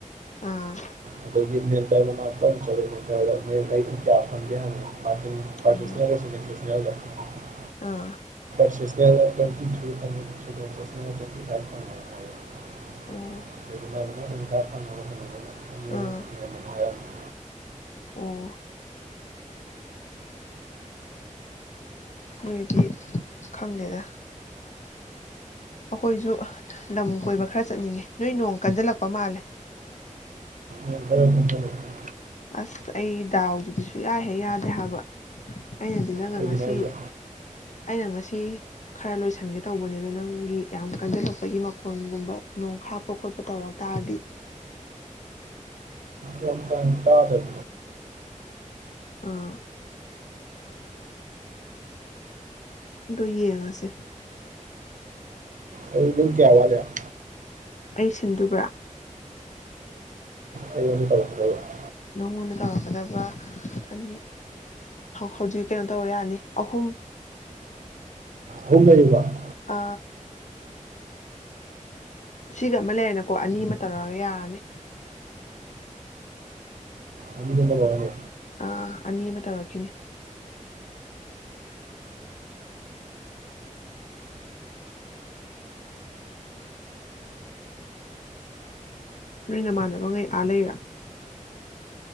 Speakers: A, on the left (about 60°); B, on the right (about 70°).
A: ꯑꯥ
B: ꯑꯩꯈꯣꯏꯒꯤ ꯃꯦꯟꯇꯜ <unintelligible> <unintelligible>
A: ꯎꯝ
B: <unintelligible>
A: ꯑꯥ
B: <unintelligible> <unintelligible>
A: ꯑꯣ ꯑꯥ ꯑꯣ ꯅꯣꯏꯗꯤ ꯈꯪꯗꯦꯗ ꯑꯩꯈꯣꯏꯁꯨ ꯂꯝ ꯀꯣꯏꯕ ꯈꯔ ꯆꯠꯅꯤꯡꯉꯦ ꯅꯣꯏ ꯅꯣꯡ ꯀꯟꯖꯜꯂꯛꯄ ꯃꯥꯜꯂꯦ
B: ꯅꯣꯡ ꯈꯔ ꯀꯟꯁꯜꯂꯛꯑꯦ
A: ꯑꯁ ꯑꯩ ꯗꯥꯎꯗꯨꯗꯤ ꯁꯨꯌꯥꯍꯦ ꯌꯥꯗꯦ ꯍꯥꯏꯕ ꯑꯩꯅꯗꯤ ꯅꯪ
B: ꯀꯩꯒꯤꯅꯣ
A: ꯉꯁꯤ
B: ꯍꯥꯏꯁꯦ
A: ꯑꯩꯅ ꯉꯁꯤ ꯈꯔ ꯂꯣꯏꯁꯤꯟꯒꯦ ꯇꯧꯕꯅꯦ ꯑꯗ ꯅꯪꯒꯤ ꯌꯥꯝ ꯀꯟꯁꯤꯜꯂꯣꯄꯒꯤ ꯃꯈꯣꯟꯒꯨꯝꯕ ꯅꯣꯡ ꯍꯥꯞꯄ ꯈꯣꯠꯄ ꯇꯧꯔ ꯇꯥꯔꯗꯤ
B: ꯍ ꯇꯗꯣ <inaudible>
A: ꯑꯥ ꯗꯤ ꯌꯦꯡꯉꯒꯦ
B: ꯑ ꯑꯗꯨꯝ ꯀꯌꯥꯋꯥꯗ <inaudible>
A: ꯑꯩ ꯁꯤꯟꯗꯨꯕ꯭ꯔꯥ
B: ꯑꯩ ꯇꯕ ꯐꯕ <inaudible>
A: ꯅꯉꯣꯟꯗ ꯇꯧꯔꯛꯀꯗꯕ ꯑꯅꯤ ꯍꯧꯖꯤꯛ ꯀꯩꯅꯣ ꯇꯧꯔ ꯌꯥꯅꯤ ꯑꯍꯨꯝ
B: ꯑꯍꯨꯝ ꯂꯩꯔꯤꯕ <inaudible>
A: ꯑ ꯁꯤꯒ ꯑꯃ ꯂꯩꯔꯦꯅꯀꯣ ꯑꯅꯤ ꯑꯃ ꯇꯧꯔꯒ ꯌꯥꯔꯅꯤ
B: ꯑꯅꯤ ꯑꯃꯒ ꯋꯥꯠꯂꯤ
A: ꯑꯥ ꯑꯅꯤ ꯑꯃ ꯇꯧꯔꯛꯈꯤꯅꯤ ꯅꯣꯏ ꯅꯃꯥꯟꯅꯕ ꯉꯩ ꯑꯥ ꯂꯩꯔꯥ